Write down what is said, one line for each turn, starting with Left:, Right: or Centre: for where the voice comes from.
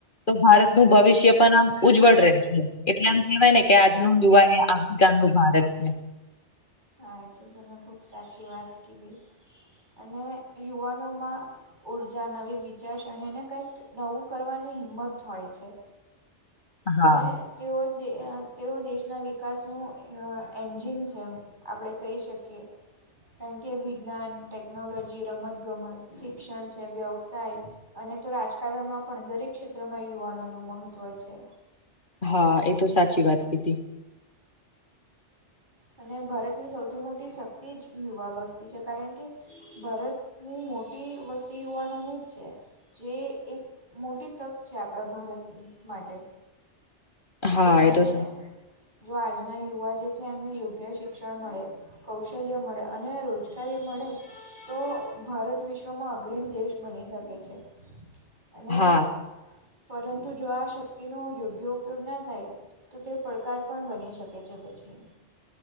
Left: તો ભારતનું ભવિષ્ય પણ આમ ઉજ્જવળ રહેશે એટલે આમ કેહેવાય ને કે આજનું યુવા એ આમ ગાડું ભારત છે.
Right: હા એ તો તમેં ખૂબ સાચી વાત કીધી અને યુવાનોમાં ઉર્જા નવી વિચારસરણીને કઈક નવું કરવાની હિંમત હોય છે.
Left: હા
Right: અને તેઓ દે તેઓ દેશના વિકાસનું અ એન્જિન છે. એમ આપડે કહી શકીએ કેમકે કે વિજ્ઞાન, ટેકનોલોજી, રમત ગમત, શિક્ષણ છે, વ્યવસાય અને તો રાજકારણમાં પણ દરેક ક્ષેત્રમાં યુવાનોનું મહત્ત્વ છે.
Left: હા એ તો સાચી વાત કીધી
Right: અને ભારતની સૌથી મોટી શક્તિ જ યુવા વસ્તી છે, કારણ કે ભારતની મોટી વસ્તી યુવાનોનું જ છે. જે એક મોટી તક છે, આપડા ભારત માટે
Left: હા
Right: જો તમને
Left: એ તો સા
Right: જો આજના યુવા જે છે, એમને યોગ્ય શિક્ષણ મળે કૌશલ્ય મળે અને રોજગારી મળે તો ભારત વિશ્વમાં અગ્રણી દેશ બની શકે છે. અને
Left: હા
Right: પરંતુ જો આ શક્તિનો યોગ્ય ઉપયોગ ના થાય તો તે પડકાર પણ બની શકે છે, પછી